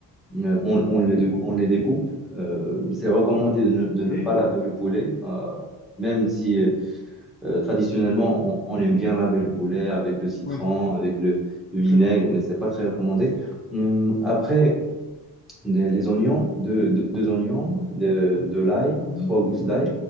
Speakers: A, in the centre; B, on the left.
A: Euh, on, on les,
B: mhm.
A: décou- on les découpe. Euh, c'est recommandé de ne, de ne
B: Les,
A: pas laver le poulet, euh, même si
B: les-
A: euh, traditionnellement on, on aime bien laver le poulet avec le citron,
B: oui,
A: avec le, le
B: c'est
A: vinaigre,
B: clair.
A: mais c'est pas très recommandé. Hum, Après, des- les oignons, deux, deux- deux oignons, de, de l'ail,
B: Mhm,
A: trois gousses
B: Oui,
A: d'ail,